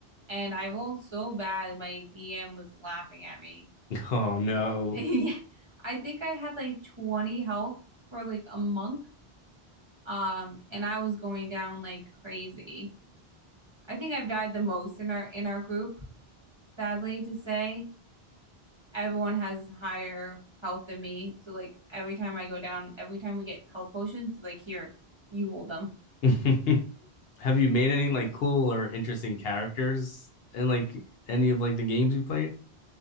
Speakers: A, on the right (about 30°); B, on the left (about 70°).
A: and I rolled so bad my DM was laughing at me.
B: Oh no.
A: <laughs> Yeah, I think I had like 20 health for like a monk. Um, and I was going down like crazy. I think I've died the most in our in our group, sadly to say. Everyone has higher health than me. So like every time I go down, every time we get health potions, like here, you hold them.
B: <laughs> have you made any like cool or interesting characters in like any of like the games you played?